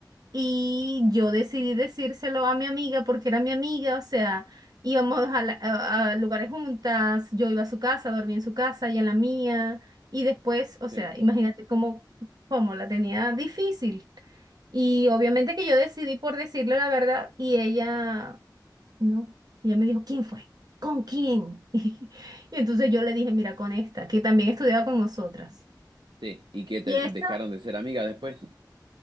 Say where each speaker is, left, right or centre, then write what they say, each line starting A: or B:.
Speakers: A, on the right (about 55°); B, on the right (about 80°).
A: y yo decidí decírselo a mi amiga porque era mi amiga, o sea, íbamos a, la- a- a lugares juntas, yo iba a su casa, dormía en su casa y en la mía y después, o
B: Sí,
A: sea, imagínate cómo, cómo la tenía difícil. Y obviamente que yo decidí por decirle la verdad y ella no. Y ella me dijo, ¿quién fue? ¿Con quién? <laughs> Y entonces yo le dije, mira, con esta, que también estudiaba con nosotras.
B: sí. ¿Y que te
A: Y esa
B: dejaron de ser amigas después?